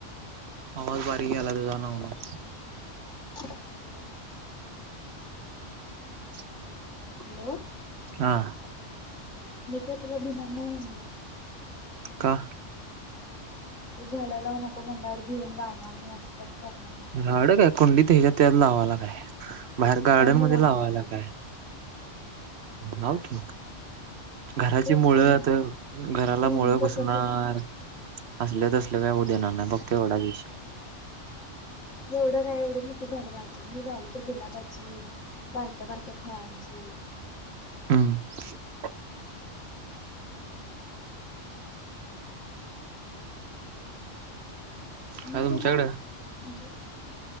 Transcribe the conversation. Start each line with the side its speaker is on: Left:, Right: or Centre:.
Right: आवाज बारीक यायलाय तुझा नाव- नाव <inaudible>
Left: हॅलो <inaudible>
Right: <inaudible>
Left: हॅलो
Right: हा
Left: मी काय तुला भिनार नाही म्हणलो.
Right: का?
Left: तू झाडं लावू नको म्हणटल्यावर भिऊन लावणार नाही असं काधी करणार नाही.
Right: झाड काय कुंडीत ह्याच्यात -त्याच्यात लावायला काय. बाहेर
Left: मुद्दाम
Right: गार्डन
Left: न
Right: मध्ये
Left: लावणार
Right: लावायला
Left: जास्त
Right: काय, लाव की मग. घराची
Left: तेच
Right: मुळ-
Left: कि मु
Right: तेन घराला
Left: तुमची मम्मी
Right: मुळं घुसणार...
Left: कसं प
Right: असलं -तसलं काय होऊ देणार नाही फक्त एवढाच विषय
Left: एवढं काय एवढी मोठी झाडं लावतोय मी लावलो तर गुलाबाची बारक्या -बारक्या फळांची ची
Right: हम्म <inaudible>
Left: <unintelligible>
Right: काय तुमच्याकडे